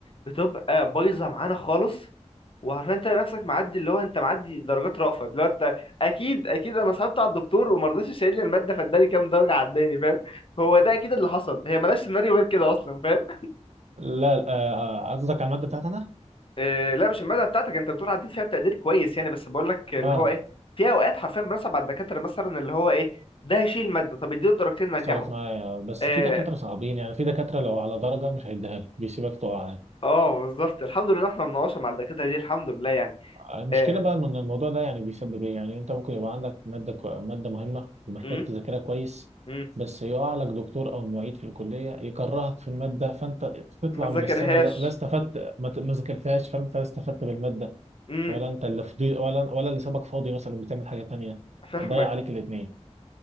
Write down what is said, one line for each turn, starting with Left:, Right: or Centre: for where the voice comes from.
Left: بتبقى بايظه معانا خالص وعارفين انت نفسك معدي اللي هو انت معدي درجات رأفة اللي هو انت اكيد اكيد انا صعبت على الدكتور وما رضاش يشيل لي الماده فاداني كام درجه عداني فاهم هو ده اكيد اللي حصل هي مالهاش سيناريو غير كده اصلا فاهم
Right: لا آه، آه، قصدك على الماده بتاعتي انا
Left: إيه لا مش الماده بتاعتك انت بتقول عديت فيها بتقدير كويس يعني بس بقول لك اللي
Right: اه
Left: هو ايه في اوقات حرفيا بنصعب على الدكاتره مثلا اللي هو ايه ده هيشيل الماده طب اديله درجتين نجحه
Right: حصلت معايا بس
Left: إيه،
Right: في دكاتره صعبين يعني في دكاتره لو على درجه مش هيديها لك بيسيبك تقع يعني.
Left: اه بالظبط الحمد لله احنا مناقشه مع الدكاتره دي الحمد لله يعني
Right: المشكلة
Left: آه،
Right: بقى من الموضوع ده يعني بيسبب ايه يعني انت ممكن يبقى عندك مادة كو... مادة مهمة ومحتاج
Left: مم،
Right: تذاكرها كويس
Left: مم،
Right: بس يقع لك دكتور او معيد في الكلية يكرهك في المادة فانت تطلع
Left: ما ذاكرهاش
Right: من السنة لا, لا استفدت ما, ت... ما ذاكرتهاش فانت لا استفدت بالمادة
Left: امم
Right: ولا انت اللي فضي ولا ولا اللي سابك فاضي مثلا بتعمل حاجة تانية
Left: فاهمك
Right: ضيع عليك الاتنين